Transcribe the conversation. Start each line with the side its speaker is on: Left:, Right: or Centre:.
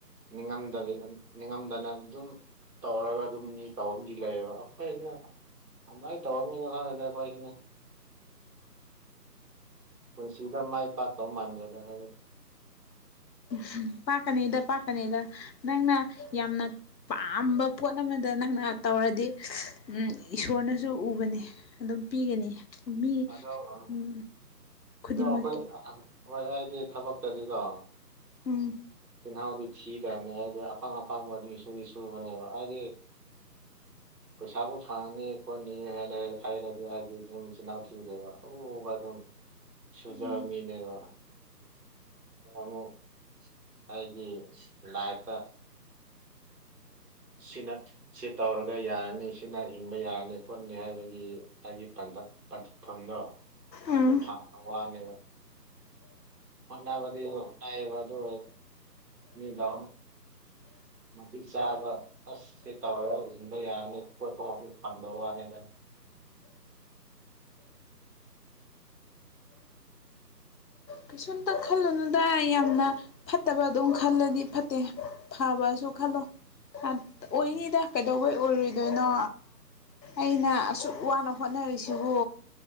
Right: ꯅꯤꯡꯉꯝꯗꯕꯤ ꯅꯤꯡꯉꯝꯗꯅ ꯑꯗꯨꯝ ꯇꯧꯔꯒ ꯑꯗꯨꯝ ꯃꯤ ꯇꯧꯝꯗꯤ ꯂꯩꯌꯦꯕ ꯑꯈꯣꯏꯅ ꯑꯃꯥꯏ ꯇꯧꯔꯃꯤꯅ ꯈꯪꯉꯦꯗ ꯑꯈꯣꯏꯁꯤꯅ ꯄꯨꯟꯁꯤꯗ ꯃꯥꯏ ꯄꯥꯛꯇꯧ ꯃꯥꯟꯗ꯭ꯔꯗ ꯑꯈꯣꯏꯗꯤ
Left: ꯑꯍꯥ ꯄꯥꯛꯀꯅꯤꯗ ꯄꯥꯛꯀꯅꯤꯗ ꯅꯪꯅ ꯌꯥꯝꯅ ꯄꯥꯝꯕ ꯄꯣꯠ ꯑꯃꯗ ꯅꯪꯅ ꯇꯧꯔꯗꯤ ꯎꯝ ꯏꯁꯣꯔꯅꯁꯨ ꯎꯕꯅꯤ꯫ ꯑꯗꯨꯝ ꯄꯤꯒꯅꯤ ꯃꯤ
Right: ꯑꯗꯣ ꯑꯗꯣ
Left: ꯎꯝ ꯈꯨꯗꯤꯡꯃꯛꯀꯤ
Right: ꯑꯩꯈꯣꯏ ꯍꯣꯏ ꯑꯩꯗꯤ ꯊꯕꯛꯇꯗꯤꯀꯣ
Left: ꯎꯝ
Right: ꯆꯤꯟꯍꯥꯎꯗꯤ ꯊꯤꯗꯕꯅꯦ ꯍꯥꯏꯗꯤ ꯑꯐꯪ ꯑꯐꯪꯕ ꯑꯗꯨꯝ ꯁꯨꯗꯤ ꯁꯨꯕꯅꯦꯕ꯫ ꯍꯥꯏꯗꯤ ꯄꯩꯁꯥꯕꯨ ꯐꯪꯅꯤ ꯈꯣꯠꯅꯤ ꯍꯥꯏꯅ ꯍꯥꯌꯔꯗꯤ ꯍꯥꯏꯗꯤ ꯁꯨꯝ ꯆꯤꯜꯍꯥꯎ ꯆꯗꯕ ꯑꯣ ꯄ ꯑꯗꯨꯝ ꯁꯨꯖꯃꯤꯅꯦꯕ
Left: ꯎꯝ
Right: ꯑꯃꯨꯛ ꯑꯩꯒꯤ ꯂꯥꯏꯐꯇ <inaudible> ꯁꯤ ꯇꯧꯔꯒ ꯌꯥꯔꯅꯤ ꯁꯤꯅ ꯍꯤꯡꯕ ꯌꯥꯔꯅꯤ ꯈꯣꯠꯅꯤ ꯍꯥꯏꯕꯒꯤ ꯑꯩꯒꯤ ꯄ ꯃꯐꯝꯗꯣ
Left: ꯎꯝ
Right: ꯑꯗꯨꯗꯣ ꯊꯥꯡꯅ ꯋꯥꯅꯦꯕ ꯐꯅꯕꯕꯗꯨ ꯑꯣꯏ ꯑꯗꯨ ꯃꯤꯗ ꯃꯊꯤꯛ ꯆꯥꯕ ꯑꯁ ꯦ ꯇꯗ ꯌꯥꯅ ꯊꯗꯅꯦ
Left: ꯀꯩꯁꯨꯝꯇ ꯈꯜꯂꯨꯅꯗ ꯌꯥꯝꯅ ꯐꯠꯇꯕ ꯑꯗꯨꯝ ꯈꯜꯂꯗꯤ ꯐꯠꯇꯦ ꯐꯕꯁꯨ ꯈꯜꯂꯣ ꯑꯣꯏꯅꯤꯗ
Right: ꯎꯝ
Left: ꯀꯩꯗꯧꯕꯩ ꯑꯣꯏꯔꯣꯏꯗꯣꯏꯅꯣ ꯑꯩꯅ ꯑꯁꯨꯛ ꯋꯥꯅ ꯍꯣꯠꯅꯔꯤꯁꯤꯕꯨ